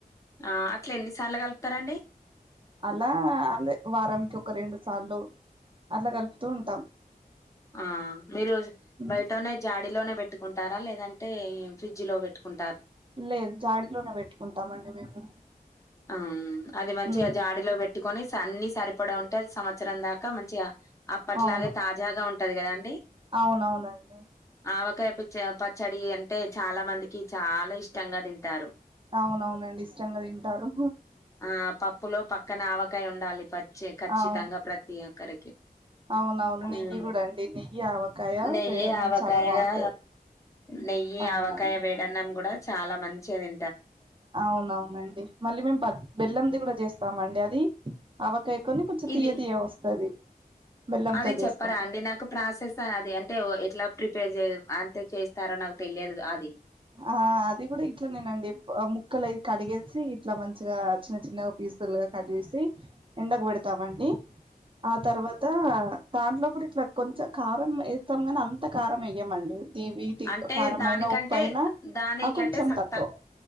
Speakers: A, on the left; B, on the right.
A: ఆ అట్లా ఎన్నిసార్లు కలుపుతారండి
B: అలా అదే వారంకి ఒక రెండు సార్లు అట్ల కలుపుతూ ఉంటాం
A: ఆ మీరు
B: ఉమ్.
A: బయటనే జాడిలోనే పెట్టుకుంటారా లేదంటే ఫ్రిడ్జ్‌లో పెట్టుకుం
B: లేదు జాడిలోనే పెట్టుకుంటామండి మేము
A: ఆ అది మంచిగా
B: ఉమ్,
A: జాడిలో పెట్టుకొని అన్ని సరిపడా ఉంటే అది సంవత్సరం దాకా ఇకా మంచిగా అప్పట్లాగే
B: అవును
A: తాజాగా ఉంటది కదా అండి
B: అవునవునండి
A: ఆవకాయపు పచ్చడి అంటే చాలా మందికి చాలా ఇష్టంగా తింటారు
B: అవునవునండి ఇష్టంగా తింటారు
A: ఆ పప్పులో పక్కన ఆవకాయ ఉండాలి పచ్చి ఖచ్చితంగా
B: అవును
A: ప్రతి ఒక్కరికి
B: అవునవును
A: ఉమ్
B: నెయ్యి కూడా అండి నెయ్యి ఆవకాయ
A: నెయ్యి
B: వేడన్నం
A: ఆవకాయగా
B: చాలా బాగుంటది
A: నెయ్యి
B: అవునండి
A: ఆవకాయ వేడన్నం కూడా చాలా మంచిది
B: అవునవునండి మళ్ళీ మేము బెల్లంది కూడా చేస్తాము అండి అది అవకాయ కాని కొంచెం
A: ఇది
B: తీయ తీయ వస్తది బెల్లంతో
A: అది చెప్పరా
B: చేస్తాం
A: అండి నాకు ప్రాసెస్ అది అంటే ఎట్లా ప్రిప పేర్ చేయడం అంతే చేస్తారో నాకు తెలియదు అది
B: ఆ అది కూడా ఇట్లా నేనండి ముక్కలు అ కడిగేసి ఇట్లా మంచిగా చిన్న చిన్నగా పి సులుగా కట్ చేసి ఎండకు పెడతామండి ఆ తర్వాత దాంట్లో కూడా ఇట్లా కొంచెం కారం వేస్తాం కానీ అంత కారం వేయమండి తివిటి
A: అంటే
B: కారంమైన
A: దానికంటే
B: పైన
A: దానికంటే
B: ఆ కొంచెం
A: సక్
B: తక్కువ
A: తక్